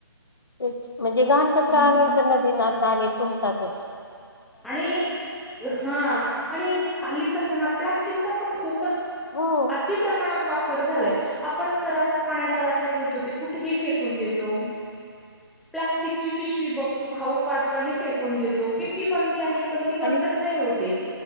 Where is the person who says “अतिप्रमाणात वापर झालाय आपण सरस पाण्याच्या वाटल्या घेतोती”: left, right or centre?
Centre